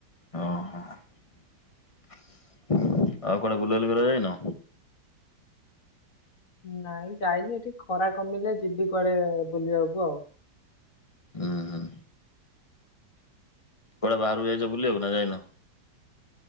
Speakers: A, on the left; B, on the left.
A: ଓହୋ ଆଉ କଆଡେ ବୁଲାବୁଲି କରିବାକୁ ଯାଇନ?
B: ନାଇଁ ଯାଇନି ଏଠି ଖରା କମିଲେ ଯିବି କୁଆଡେ ବୁଲିବାକୁ ଆଉ।
A: ହଁ ହଁ। କୁଆଡେ ବାହାରୁକୁ ଯାଇଛ ବୁଲିବାକୁ ନା ଯାଇନ?